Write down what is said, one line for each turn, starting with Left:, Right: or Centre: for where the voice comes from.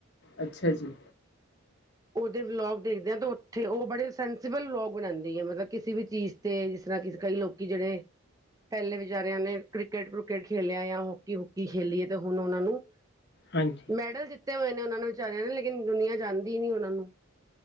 Left: ਅੱਛਾ ਜੀ
Right: ਉਹਦੇ ਵਲੋਗ ਦੇਖਦੇ ਆ ਤੇ ਉੱਥੇ ਉਹ ਬੜੇ ਸੈਂ ਅੱਜ ਕੱਲ ਵਲੋਗ ਬਣਾਉਦੀ ਏ ਮਤਲਬ ਕਿਸੇ ਵੀ ਚੀਜ਼ ਤੇ ਜਿਸ ਤਰ੍ਹਾਂ ਕਈ ਲੋਕੀ ਜਿਹੜੇ ਪਹਿਲੇ ਵਿਚਾਰਿਆਂ ਨੇ ਕ੍ਰਿਕਟ ਕਕੇਟ ਖੇਲਿਆ ਜਾਂ ਹੋਕੀ ਹਾਕੀ ਖੇਲੀਏ ਤੇ ਹੁਣ ਉਹਨਾਂ ਨੂੰ
Left: ਹਾਂਜੀ
Right: ਮੈਡਲ ਜਿੱਤੇ ਹੋਏ ਨੇ ਉਹਨਾਂ ਨੇ ਵਿਚਾਰਿਆਂ ਨੇ ਲੇਕਿਨ ਦੁਨੀਆਂ ਜਾਣਦੀ ਨੀ ਉਹਨਾਂ ਨੂੰ।